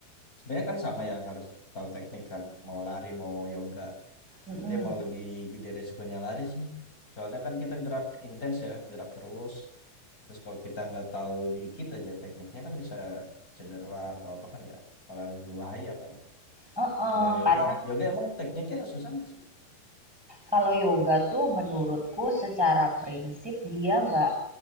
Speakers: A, on the left (about 20°); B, in the centre.
A: Sebenarnya kan sama ya harus tahu teknik kan. Mau lari mau yoga.
B: Mm-mm.
A: Tapi emang lebih gede resikonya lari sih. Soalnya kan kita gerak intens ya, gerak terus. Terus kalau kita nggak tahu dikit aja tekniknya kan bisa cedera atau apa kan ya. Malah lebih bahaya kan.
B: Heeh,
A: Kalau yoga,
B: karena
A: yoga emang tekniknya susah nggak sih?
B: kalau yoga tuh menurutku secara prinsip dia nggak